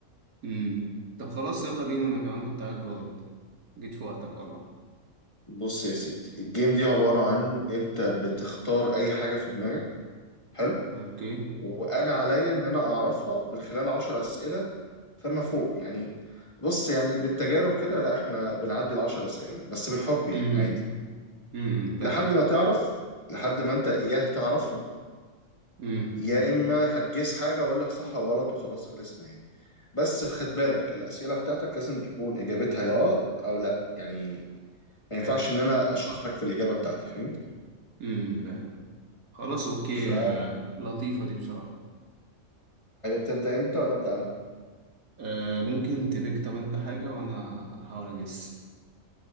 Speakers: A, on the right; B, on the left.
A: امم طب خلاص يلا بينا انا كمان كنت قاعد جاهد جيت في وقتك والله
B: بص يا سيدي الجيم دي عباره عن انت بتختار اي حاجه في دماغك حلو
A: اوكي
B: وانا عليا ان انا اعرفها من خلال 10 اسئله فما فوق يعني بص يعني بالتجارب كده لا احنا بنعدي العشر اسئله بس بالحب يعني
A: امم
B: عادي
A: امم فاهم
B: لحد ما تعرف لحد ما انت يا هتعرفها
A: امم
B: يا اما هتجيس حاجه واقول لك صح او غلط وخلاص خلصنا يعني بس خد بالك الاسئله بتاعتك لازم تكون اجابتها يا اه او لا يعني ما ينفعش
A: فاهم
B: ان انا اشرح لك في الاجابه بتاعتي فهمت
A: امم فاهم خلاص اوكي
B: فحابب
A: آه لطيفة دي بصراحة
B: تبدا انت ولا ابدا انا
A: آه ممكن تبيك طب انت حاجة وانا هحاول اجس